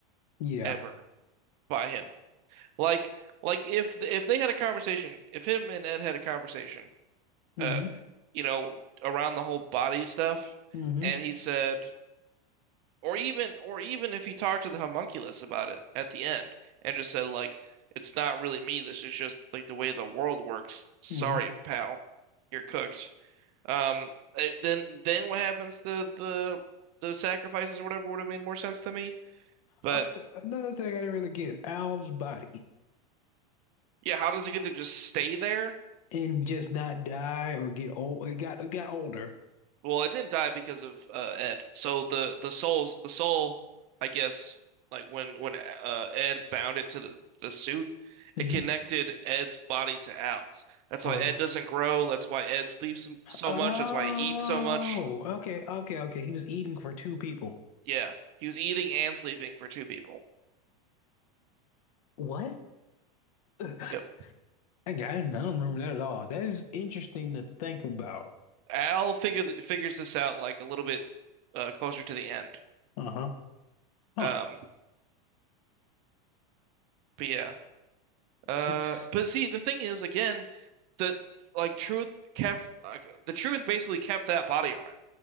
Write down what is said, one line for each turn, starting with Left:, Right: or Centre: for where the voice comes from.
Left: Yeah.
Right: ever by him. Like like if if they had a conversation, if him and Ed had a conversation,
Left: hmm
Right: uh, you know, around the whole body stuff,
Left: hmm
Right: and he said, Or even or even if he talked to the homunculus about it at the end and just said like it's not really me, this is just like the way the world works. Sorry,
Left: hmm
Right: pal. You're cooked. Um eh, then then what happens to the the sacrifices or whatever would have made more sense to me. But
Left: Uh, another thing I didn't really get, Al's body
Right: yeah, how does it get to just stay there?
Left: and just not die or get old. It got it got older.
Right: Well, it didn't die because of uh, Ed. So the the soul's the soul, I guess, like when when uh, Ed bound it to the the suit, it
Left: hmm
Right: connected Ed's body to Al's. That's
Left: Uh,
Right: why Ed doesn't grow. That's why Ed sleeps m- so
Left: oh,
Right: much. That's why he eats so much.
Left: okay, okay, okay. He was eating for two people.
Right: Yeah, he was eating and sleeping for two people.
Left: What? <laughs> Ugh,
Right: Yep.
Left: I got it. I don't remember that at all. That is interesting to think about.
Right: Al figured figures this out like a little bit uh, closer to the end.
Left: Uh-huh. Huh.
Right: Um, but yeah. Uh,
Left: That's
Right: but see, the thing is, again, the like truth kept like the truth basically kept that body around,